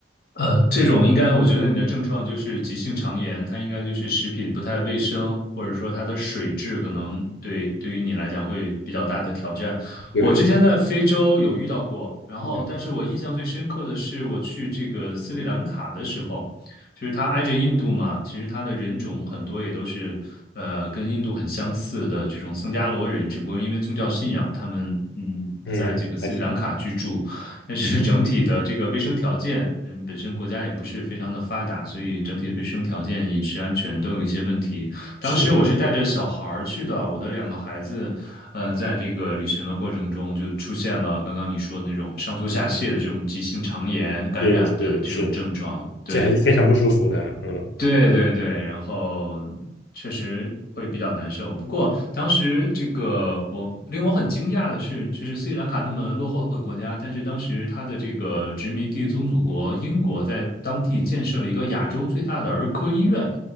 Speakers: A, on the left; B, on the left.
A: 呃，这种应该，我觉得你的症状就是急性肠炎，它应该就是食品不太卫生，或者说它的水质可能对对于你来讲会比较大的挑战。
B: 对，
A: 我之前在非洲有遇到过，然后但是我印象最深刻的是我去这个斯里兰卡的时候，
B: 嗯，
A: 就是它挨着印度嘛，其实它的人种很多也都是呃跟印度很相似的这种僧伽罗人，只不过因为宗教信仰，他们嗯在这个斯里兰卡居住。
B: 嗯还是
A: 但是整体的这个卫生条件，嗯，本身国家也不是非常的发达，
B: 嗯
A: 所以整体的卫生条件、饮食安全都有一些问题。当时我是带着小孩儿去的，
B: 是
A: 我的两个孩子，呃，在这个旅行的过程中就出现了刚刚你说的那种上吐下泻的这种急性肠炎感染的这种症状。
B: 是是是，
A: 对，
B: 这还是非常不舒服的，嗯
A: 对对对，然后确实会比较难受。不过当时这个我令我很惊讶的是，就是斯里兰卡那么落后的国家，但是当时它的这个殖民地宗主国英国在当地建设了一个亚洲最大的儿科医院，